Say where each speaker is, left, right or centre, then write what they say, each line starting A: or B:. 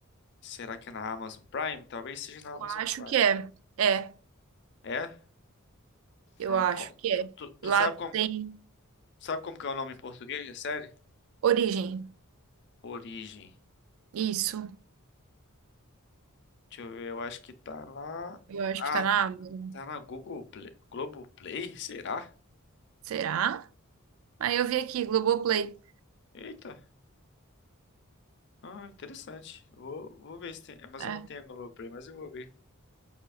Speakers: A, on the left; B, on the right.
A: Será que é na Amazon Prime? Talvez seja na
B: Eu
A: Amazon
B: acho
A: Prime.
B: que é. É,
A: É? From-
B: eu acho
A: co-
B: que
A: tu,
B: é.
A: tu- tu
B: Lá
A: sabe como,
B: tem
A: sabe como que é o nome em português da série?
B: origem.
A: Origem.
B: Isso.
A: Deixa eu ver, eu acho que tá lá.
B: Eu acho
A: Ah,
B: que tá na Amazon.
A: tá na Google Play. Globoplay? Será?
B: Será? Aí eu vi aqui, Globoplay.
A: Eita. Ah, interessante. Vou, vou ver se tem. é, Mas
B: É,
A: eu não tenho Globoplay, mas eu vou ver.